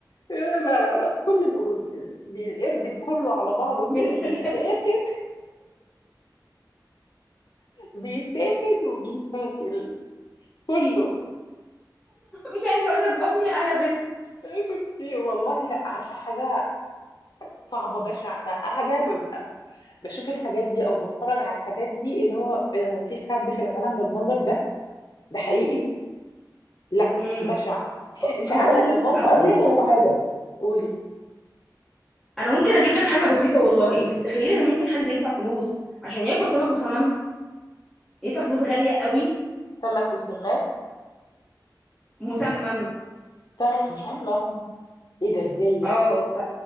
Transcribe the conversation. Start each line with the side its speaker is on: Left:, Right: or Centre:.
Left: لا لا لا كل القرود ال- بي- القرد كله على بعضه
Centre: <laughs> مش
Left: كده بيتاخد
Centre: اللي
Left: بيتاخد وبيتاكل كله
Centre: مش عايزة اقول لك بطني قلبت
Left: آه، شفتي والله لا عارفة حاجة صعبة بشعة أنا قاعدة ببقى بشوف الحاجات دي أو بتفرج على الحاجات دي اللي هو إيه ده، هو في حد في العالم بالمنظر ده ده حقيقي لا
Centre: امم
Left: بشع انت
Centre: هقول
Left: عارفه ان
Centre: لك
Left: هم
Centre: هقول
Left: بيبصوا
Centre: لك على
Left: على
Centre: حاجه
Left: قولي
Centre: انا ممكن اجيب لك حاجه بسيطه والله انت متخيله ان ممكن حد يدفع فلوس عشان ياكل سمك مسمم يدفع فلوس غاليه قوي
Left: سمك وسمان
Centre: مسمم
Left: سمك مسمم ايه ده ازاي يعني
Centre: اه ت-